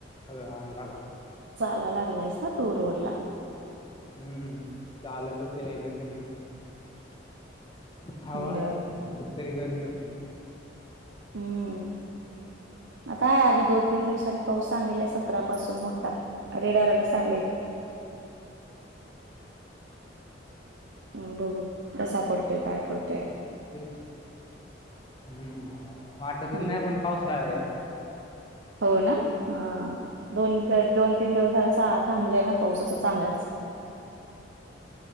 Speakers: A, on the left; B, on the right.
A: सगळ्या अंगाला.
B: चालायला लागलायस ना तू रोड ला.
A: हम्म चालतच यायल म्हणून हवा आहे.
B: बर
A: तरी गरमी होतीय.
B: हम्म. आता आहे आधी दोन तीन दिवसांनी पाऊस सांगितलाय सतरापासून मोठा. अरेडारड सांडले. आन् बघू कसा पडतोय? काय पडतोय?
A: तेच. हम्म. वाटतच नाही
B: हम्म
A: पण पावसाळाय.
B: हो ना? हा. दोन तरी दोन -तीन दिवस झा च थांबलाय ना पाऊस आता चांगलाच.